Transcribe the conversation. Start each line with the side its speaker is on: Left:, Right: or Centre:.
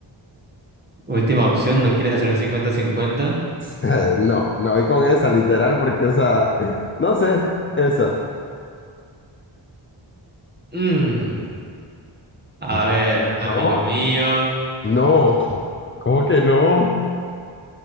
Right: Última opción, ¿no quieres hacer un 50-50?
Left: <laughs> No, me voy con esa, literal, porque esa, no sé, esa.
Right: Mm, A
Left: No,
Right: ver, amigo
Left: no,
Right: mío.
Left: no, ¿cómo que no?